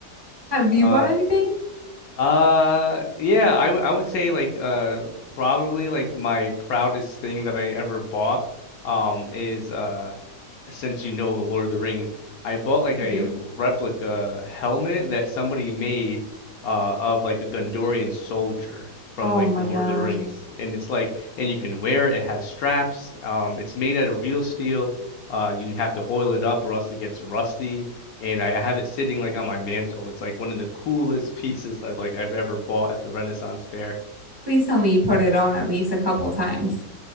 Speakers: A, on the right (about 30°); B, on the left (about 70°).
A: Have you
B: Um.
A: bought anything?
B: Uh, yeah, I, w- I would say like uh probably like my proudest thing that I ever bought um is uh since you know the Lord of the Rings, I bought like a
A: I do.
B: replica helmet that somebody made uh, of like a Gondorian soldier from
A: Oh
B: like
A: my
B: the Lord
A: gosh.
B: of the Rings, and it's like, and you can wear it. It has straps. Um, it's made out of real steel. Uh, you have to oil it up or else it gets rusty. And I I have it sitting like on my mantle. It's like one of the coolest pieces I've like I've ever bought at the Renaissance Fair.
A: Please tell me you put it on at least a couple times.